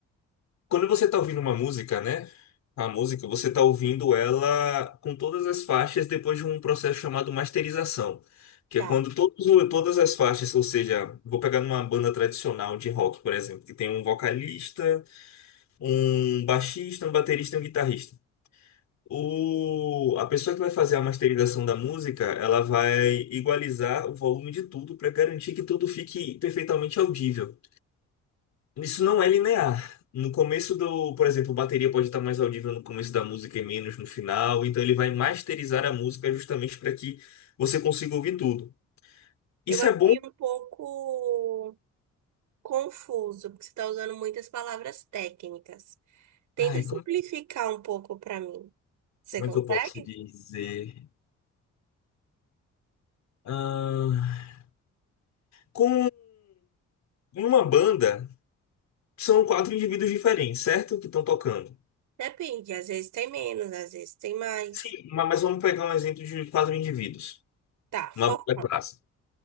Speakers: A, on the left (about 65°); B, on the right (about 80°).
A: Quando você tá ouvindo uma música, né? A música, você tá ouvindo ela com todas as faixas depois de um processo chamado masterização, que
B: Tá.
A: é quando todos, o- todas as faixas, ou seja, vou pegar numa banda tradicional de rock, por exemplo, que tem um vocalista, um baixista, um baterista e um guitarrista. O, a pessoa que vai fazer a masterização da música, ela vai igualizar o volume de tudo para garantir que tudo fique perfeitamente audível. Isso não é linear. No começo do, por exemplo, bateria pode estar mais audível no começo da música e menos no final, então ele vai masterizar a música justamente para que você consiga ouvir tudo. Isso
B: Eu achei
A: é bom.
B: um pouco confuso, porque você está usando muitas palavras técnicas. Tenta
A: Ai,
B: simplificar
A: como,
B: um pouco para mim. Você
A: como
B: consegue?
A: é que eu posso dizer? Ah, com uma banda, são quatro indivíduos diferentes, certo? Que estão tocando.
B: Depende, às vezes tem menos, às vezes tem mais.
A: Sim, ma- mas vamos pegar um exemplo de quatro indivíduos.
B: Tá, forró,
A: Uma banda clássica.